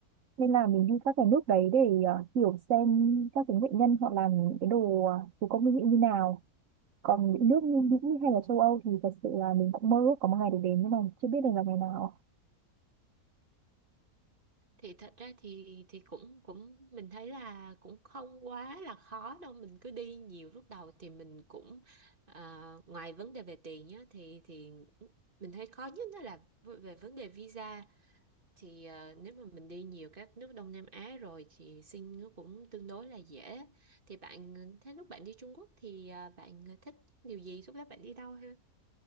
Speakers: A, on the right (about 60°); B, on the right (about 35°).
A: nên là mình đi các cái nước đấy để ờ, hiểu xem các cái nghệ nhân họ làm những cái đồ ờ, thủ công mỹ nghệ như nào còn những nước như Mỹ hay là châu Âu thì thật sự là mình cũng mơ ước có một ngày được đến nhưng mà chưa biết được là ngày nào
B: thì thật ra thì thì cũng cũng mình thấy là cũng không quá là khó đâu mình cứ đi nhiều lúc đầu thì mình cũng ờ, ngoài vấn đề về tiền nhá thì thì mình thấy khó nhất đó là v- về vấn đề visa thì ờ, nếu mà mình đi nhiều các nước Đông Nam Á rồi thì xin nó cũng tương đối là dễ thì bạn ờ, thế lúc bạn đi Trung Quốc thì ờ, bạn thích điều gì lúc đó bạn đi đâu ha